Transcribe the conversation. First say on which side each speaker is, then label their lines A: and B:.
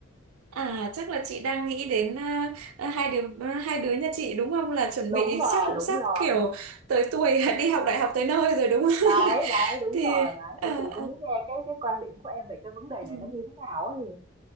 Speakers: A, on the right; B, on the right.
A: à chắc là chị đang nghĩ đến à, à, hai đứa à, hai đứa nhà chị đúng không là chuẩn
B: Đúng
A: bị
B: rồi,
A: chắc cũng
B: đúng
A: sắp
B: rồi.
A: kiểu tới tuổi <laughs> đi học đại học tới nơi rồi đúng không
B: đấy
A: <laughs>
B: đấy đúng
A: thì
B: rồi đấy
A: à,
B: thì chị cũng muốn nghe cái cái quan điểm của em về cái vấn đề
A: à.
B: này nó như thế nào ấy